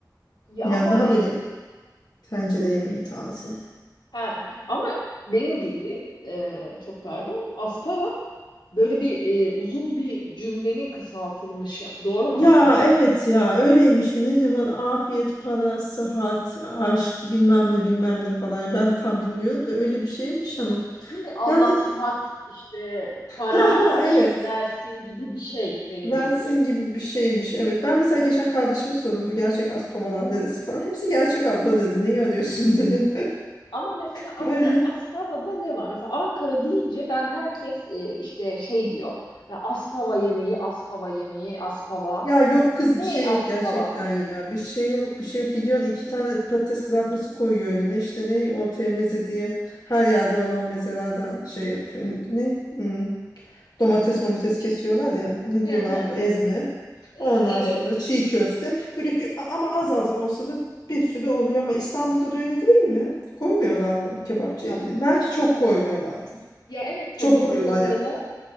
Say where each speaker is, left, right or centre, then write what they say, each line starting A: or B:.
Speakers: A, on the left (about 85°); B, on the left (about 60°).
A: Ya
B: yani
A: ama
B: daha
A: e,
B: böyle tencere yemeği tarzı
A: he, ama benim bildiğim e, çok pardon aspava böyle bir e, uzun bir cümlenin kısaltılmışı. Doğru mu
B: Ya
A: hatırlıyorum?
B: evet ya öyleymiş mi ne diyorlar afiyet para sıhhat aşk bilmem ne bilmem ne falan Yani ben de tam bilmiyorum da öyle bir şeymiş ama
A: Değil mi? Allah
B: yani
A: sıhhat işte para,
B: ha ha
A: aşk
B: evet
A: versin gibi bir şey benim
B: versin
A: bildiğim.
B: gibi bir şeymiş evet ben mesela geçen kardeşime sordum bu gerçek Aspavalar neresi falan hepsi gerçek abla dedi neyi arıyorsun <laughs> dedi
A: Ama mesela Aspa,
B: yani
A: Aspava'da ne var? Mesela Ankara deyince ben herkes e, işte şey diyor. Ya Aspava yemeği, Aspava yemeği, Aspava.
B: ya yok kız
A: Ne
B: bir şey
A: Aspava?
B: yok gerçekten ya bir şey yok bir şey yok gidiyorsun iki tane patates kızartması koyuyor önüne işte ne ortaya meze diye her yerde olan mezelerden şey yapıyor. Ne? Hmm, Domates momates kesiyorlar ya. Ne
A: Hı
B: diyorlardı?
A: hı.
B: Ezme.
A: E,
B: Ondan
A: evet.
B: sonra çiğ köfte. Böyle gü- ama az az olsa da bir sürü oluyor ama İstanbul'da da öyle değil mi? Koymuyorlar mı kebapçıya
A: Ya
B: gidin? Belki çok koymuyorlardı.
A: ya evet tadımlık
B: Çok koyuyorlar
A: mesela
B: ya.